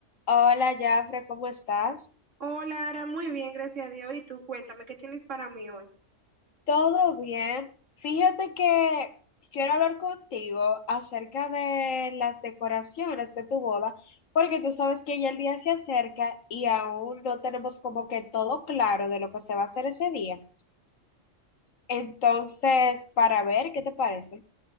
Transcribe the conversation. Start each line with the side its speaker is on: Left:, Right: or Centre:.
Left: Hola, Jafre, ¿cómo estás?
Right: Hola, Ara, muy bien, gracias a Dios. Y tú, cuéntame, ¿qué tienes para mí hoy?
Left: ¿Todo bien? Fíjate que quiero hablar contigo acerca de las decoraciones de tu boda, porque tú sabes que ya el día se acerca y aún no tenemos como que todo claro de lo que se va a hacer ese día. Entonces, para ver, ¿qué te parece?